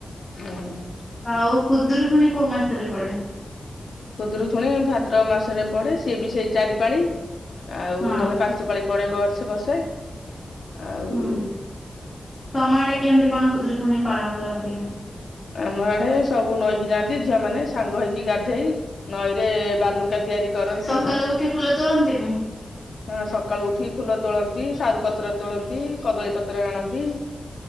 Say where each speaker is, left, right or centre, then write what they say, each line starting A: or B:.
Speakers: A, on the left; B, on the left.
A: ହୁଁ
B: ଆଉ ଖୁଦରୁକୁଣି କୋଉ ମାସରେ ପଡେ?
A: ଖୁଦରୁ ଖୁଣି ଭାଦ୍ରବମାସରେ ପଡେ ସିଏ ବି ସେଇ ଚାରି ପାାଳି ଆଉ
B: ହଁ
A: ନହେଲେ ପାଞ୍ଚ ପାଞ୍ଚ ପାଳି ପଡେ ବର୍ଷେ ବର୍ଷେ ଆଉ
B: ହୁଁ ତମ ଆଡେ କେମିତି କଣ ଖୁଦୁରୁକୁଣୀ ପାଳନ କରନ୍ତି?
A: ଆମ ଆଡେ ସବୁ ନଈକି ଯାଆନ୍ତି ଝିଅ ମାନେ ସାଙ୍ଗ ହେଇକି ଗାଧେଇ ନଈରେ ବାଲୁଙ୍କା ତିଆରି କରନ୍ତି
B: ସକାଳେୁ ଉଠି ଫୁଲ ତୋଳନ୍ତିନି?
A: ହଁ ସକାଳୁ ଉଠି ଫୁଲ ତୋଳନ୍ତି ସାରୁ ପତ୍ର ତୋଳନ୍ତି କଦଳୀ ପତ୍ର ଆଣନ୍ତି।